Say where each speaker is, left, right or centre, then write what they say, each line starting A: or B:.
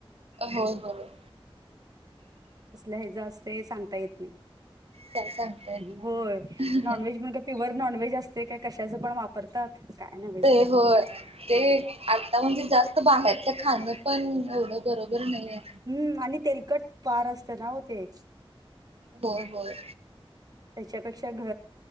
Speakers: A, on the right; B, on the right.
A: होय होय
B: कसल्या हेज असतय सांगता येत नाही
A: काय सांगता येत नाही
B: होय
A: मला
B: नॉनव्हेज म्हण का प्युअर नॉनव्हेज असतय ते काय कशाच पण वापरतात काय नव्हेच
A: ते होय ते आता म्हणजे जास्त बाहेरच खाणं पण एवढं बरोबर नाहीये.
B: हम्म आणि तेलकट फार असत ना होते
A: होय होय
B: त्याच्यापेक्षा घ